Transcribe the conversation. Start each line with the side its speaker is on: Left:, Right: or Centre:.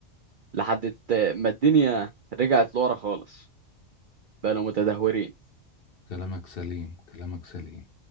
Right: لحد الت- ما الدنيا رجعت لورا خالص بقينا متدهورين
Left: كلامك سليم كلامك سليم